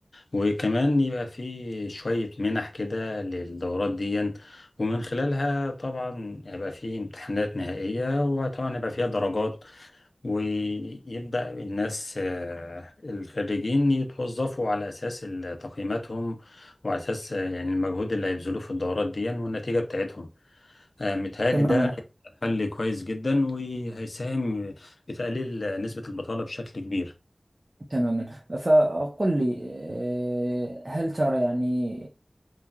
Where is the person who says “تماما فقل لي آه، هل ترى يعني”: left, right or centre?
Right